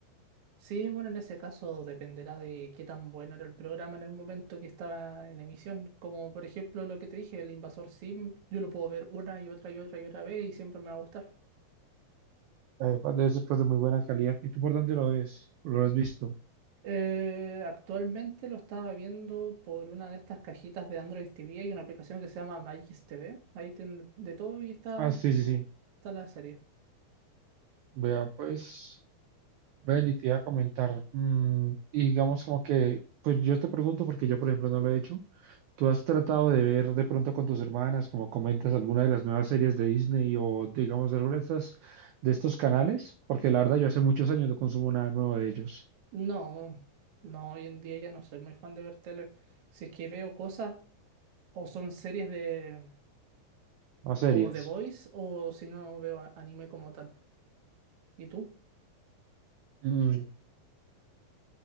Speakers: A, on the right (about 60°); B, on the right (about 85°).
A: Sí, bueno, en ese caso dependerá de qué tan bueno era el programa en el momento que estaba en emisión. Como por ejemplo lo que te dije, El Invasor Sim, yo lo puedo ver una y otra y otra y otra vez y siempre me va a gustar.
B: Eh, pues, debe ser pues de muy buena calidad. ¿Y tú por dónde lo ves? ¿Lo has visto?
A: Eh, actualmente lo estaba viendo por una de estas cajitas de Android TV. Hay una aplicación que se llama Magis TV. Ahí tiene de todo y está,
B: Ah, sí, sí, sí.
A: está la serie.
B: Vea, pues, ven y te iba a comentar. Mm, y digamos como que, pues yo te pregunto porque yo, por ejemplo, no lo he hecho. ¿Tú has tratado de ver de pronto con tus hermanas, como comentas, alguna de las nuevas series de Disney o digamos de alguna de estas, de estos canales? Porque la verdad yo hace muchos años no consumo nada nuevo de ellos,
A: No, no, hoy en día ya no soy muy fan de ver tele. Si es que veo cosas, o son series de
B: no series.
A: como The Voice, o si no veo a- anime como tal. ¿Y tú?
B: Mm,